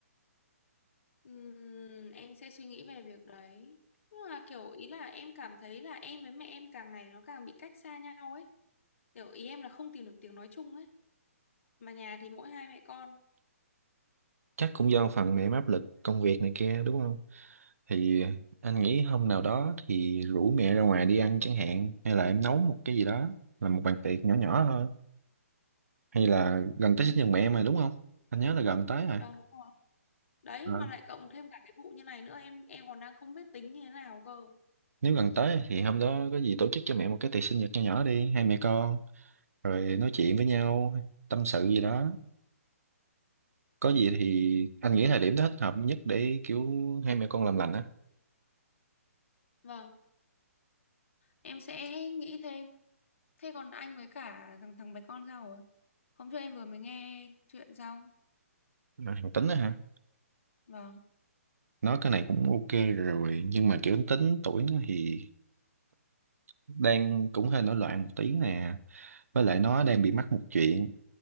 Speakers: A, on the left; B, on the right.
A: Ừm, em sẽ suy nghĩ về việc đấy. Nhưng mà kiểu ý là em cảm thấy là em với mẹ em càng ngày nó càng bị cách xa nhau ấy. Kiểu ý em là không tìm được tiếng nói chung ấy. Mà nhà thì mỗi hai mẹ con.
B: chắc cũng do phần mẹ em áp lực công việc này kia đúng không thì anh nghĩ hôm nào đó thì rủ mẹ ra ngoài đi ăn chẳng hạn hay là em nấu một cái gì đó làm một bàn tiệc nhỏ nhỏ thôi hay là gần tới sinh nhật mẹ mà đúng không anh nhớ là gần tới
A: Vâng đúng rồi. Đấy
B: rồi
A: mà lại cộng thêm cả cái vụ như này nữa em em còn đang không biết tính như thế nào cơ.
B: nếu gần tới thì hôm đó có gì tổ chức cho mẹ một cái tiệc sinh nhật nho nhỏ đi hai mẹ con rồi nói chuyện với nhau tâm sự gì đó có gì thì anh nghĩ thời điểm đó thích hợp nhất để kiểu hai mẹ con làm lành á
A: Vâng, em sẽ nghĩ thêm Thế còn anh với cả thằng thằng bé con sao rồi? Hôm trước em vừa mới nghe chuyện xong.
B: Mà thằng Tính á hả
A: Vâng.
B: nói cái này cũng ok rồi nhưng mà kiểu Tính tuổi nó thì đang cũng hơi nổi loạn một tí nè với lại nó đang bị mắc một chuyện